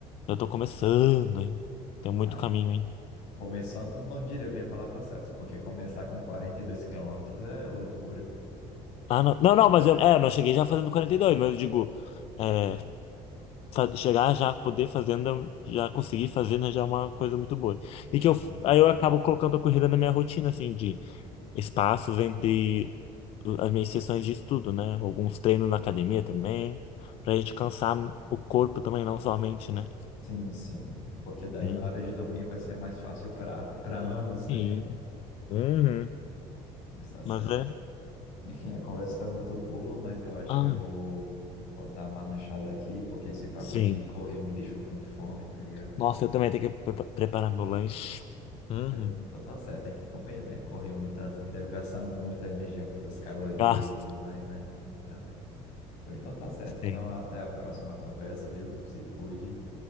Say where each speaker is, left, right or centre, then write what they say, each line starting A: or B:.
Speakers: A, on the left; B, on the left.
A: Eu tô começando, hein? Tem muito
B: Ah,
A: caminho, hein?
B: começando, não diria bem a palavra certa, porque começar com 42 quilômetros é loucura.
A: Ah, não. Não, não, mas eu, é, eu não cheguei já fazendo quarenta e dois mas eu digo, é, fa- chegar já, poder fazendo, já conseguir fazer, né, já é uma coisa muito boa. E
B: Uhum.
A: que eu, aí eu acabo colocando a corrida na minha rotina, assim, de espaços entre as minhas sessões de estudo, né? Alguns treinos na academia também, pra gente cansar o corpo também, não só a mente, né?
B: Sim, sim. Porque daí
A: Uhum.
B: na hora de dormir vai ser mais fácil para para ambos, né?
A: Sim. Uhum.
B: <laughs> Mas tá certo.
A: Mas é.
B: Enfim, a conversa está muito boa, mas eu acho
A: Ah,
B: que eu vou, vou dar uma lanchada aqui, porque esse papo
A: sim.
B: de correr me deixou com fome, tá ligado?
A: Nossa, eu também tenho que prepa- preparar meu lanche. Uhum.
B: Mas então tá certo, tem que comer, né? Correr muito assim, deve gastar muita energia, muitas calorias
A: Gasto.
B: e tudo mais, né? Então, pois então tá certo. Então
A: Sim.
B: até a próxima conversa, viu? Se cuide.